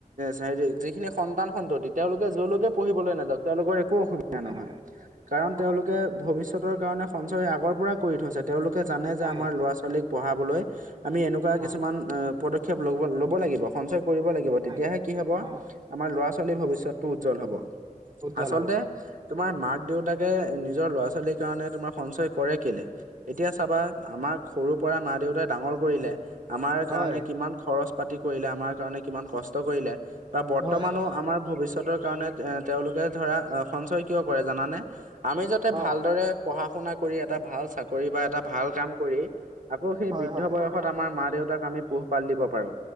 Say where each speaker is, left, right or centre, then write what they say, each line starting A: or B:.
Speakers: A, on the right; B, on the right.
A: হেৰি যিখিনি সন্তান সন্ততি তেওঁলোকে যলৈকে পঢ়িবলৈ নাযাওক, তেওঁলোকৰ একো অসুবিধা
B: হয়
A: নহয়।
B: হয়
A: কাৰণ তেওঁলোকে
B: অ
A: ভৱিষ্যতৰ কাৰণে সঞ্চয় আগৰ পৰা কৰি থৈছে তেওঁলোকে জানে যে
B: হয়
A: আমাৰ ল'ৰা ছোৱালীক, পঢ়াবলৈ আমি এনেকুৱা
B: অ
A: কিছুমান আ পদক্ষেপ লব ল'ব লাগিব সঞ্চয়, কৰিব লাগিব তেতিয়াহে
B: হয়
A: কি হব
B: অ
A: আমাৰ ল'ৰা ছোৱালীৰ ভৱিষ্যতটো উজ্জ্বল হব।
B: উজ্জ্বল
A: আচলতে,
B: হ'ব
A: তোমাৰ মাক দেউতাকে নিজৰ ল'ৰা ছোৱালীৰ কাৰণে তোমাৰ সঞ্চয় কৰে কেলে, এতিয়া চাবা আমাক সৰুৰ পৰা মা দেউতাই ডাঙৰ, কৰিলে, আমাৰ
B: হয়
A: কাৰণে কিমান খৰচ পাতি কৰিলে, আমাৰ কাৰণে কিমান কষ্ট কৰিলে, বা বৰ্তমানো
B: হয় হয়
A: আমাৰ ভৱিষ্যতৰ কাৰণে এ তেওঁলোকে ধৰা সঞ্চয় কিয় কৰে জানানে? আমি যাতে
B: অ
A: ভালদৰে পঢ়া শুনা কৰি এটা ভাল চাকৰি, কৰি বা এটা ভাল কাম কৰি আকৌ সেই
B: হয়
A: বি
B: হয়
A: দ্ধ বয়সত আমাৰ মা দেউতাক আমি পোহপাল দিব পাৰো।